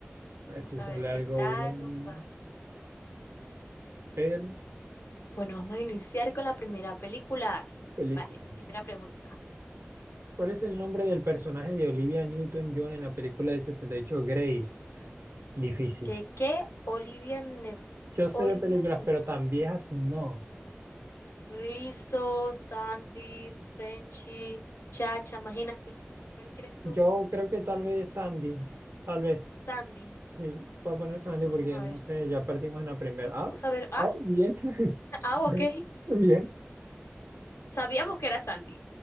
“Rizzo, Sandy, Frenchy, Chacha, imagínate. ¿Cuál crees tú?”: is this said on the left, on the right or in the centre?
Left